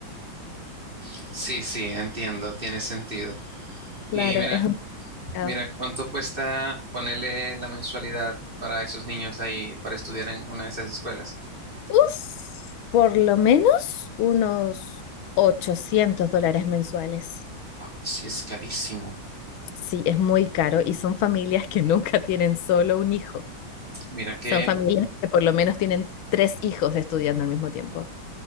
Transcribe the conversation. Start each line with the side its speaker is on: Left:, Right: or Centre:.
Right: Sí, sí, entiendo, tiene sentido.
Left: Claro,
Right: Y mira,
Left: es Ah,
Right: mira, ¿cuánto cuesta ponerle la mensualidad para esos niños ahí para estudiar en una de esas escuelas?
Left: Uf, por lo menos unos 800 dólares mensuales.
Right: Ah, sí, es carísimo.
Left: Sí, es muy caro y son familias que nunca tienen solo un hijo.
Right: Mira que
Left: Son familias que por lo menos tienen tres hijos estudiando al mismo tiempo.